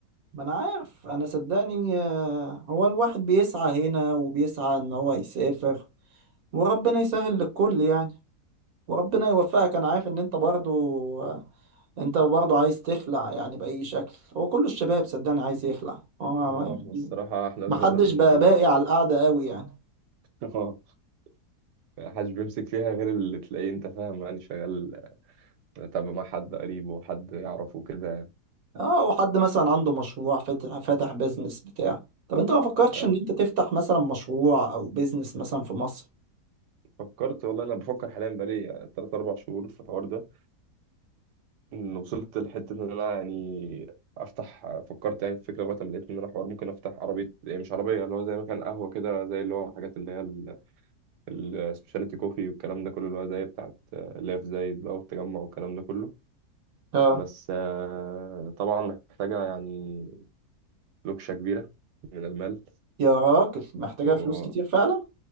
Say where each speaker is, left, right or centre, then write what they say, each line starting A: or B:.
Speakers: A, on the right; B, on the right.
A: ما أنا عارف أنا صدقني آه، هو الواحد بيسعى هنا وبيسعى إن هو يسافر وربنا يسهل للكل يعني وربنا يوفقك أنا عارف إن أنت برضو انت برضه عايز تخلع يعني بأي شكل هو كل الشباب صدقني عايز يخلع هو
B: اه
A: ما يعني
B: احنا الصراحة احنا
A: محدش
B: في زمن
A: بقى
B: ال
A: باقي على القعدة قوي يعني
B: <laughs> اه محدش بيمسك فيها غير اللي تلاقيه انت فاهم يعني شغال تابع مع حد قريب وحد يعرفه كده
A: اه وحد مثلا عنده مشروع فاتح فاتح بيزنس بتاع طب انت ما فكرتش
B: يعني. انا
A: ان انت تفتح مثلا مشروع او بيزنس مثلا في مصر
B: فكرت والله انا بفكر حاليا بقالي تلات اربع شهور في الحوار ده ان وصلت لحتة ان انا يعني افتح فكرت يعني في فكرة لغاية ما لقيت ان انا حوار ممكن افتح عربية يعني مش عربية اللي هو زي مكان قهوة كده زي اللي هو الحاجات اللي هي ال- السبيشاليتي كوفي والكلام ده كله اللي هو زي بتاعت اللي هي في زايد بقى والتجمع والكلام ده كله
A: اه
B: بس آه، طبعا محتاجة يعني لوكشة كبيرة من المال
A: يا راجل محتاجة
B: و
A: فلوس كتير فعلا